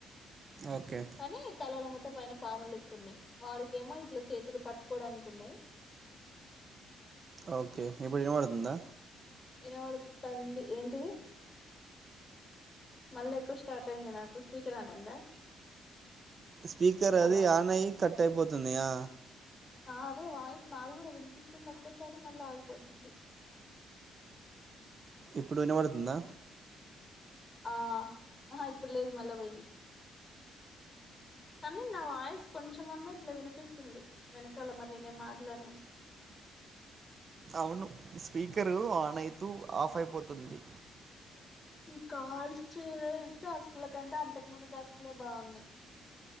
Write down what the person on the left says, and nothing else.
కానీ తలాలో మ పూట పైన పాములు లేక్కు ఉన్నాయి వాడికేమో ఇట్లా చేతులు పట్టుకోడానికి ఉన్నాయి.
వినవడుతుంది ఏంటిది మళ్ళీ ఎక్కువ స్టార్ట్ అయింది నాకు స్పీకర్ ఆన్ అయిందా.
హలో
నా అదే వాయిస్ నాది కూడా వినిపిస్తుంది ఒక్కోసారి మళ్ళీ ఆగిపోతుంది.
ఆ ఆ ఇప్పుడు లేదు మళ్ళా పోయింది కానీ నా వాయిస్ కొంచెమన్నా ఇట్లా వినిపిస్తుంది వెనకాల మళ్ళీ నేను మాట్లాడినంక.
ఈ కాల్ చేయ టాస్క్ ల కంటే అంతకు ముందు టాస్క్ లో బాగున్నాయి.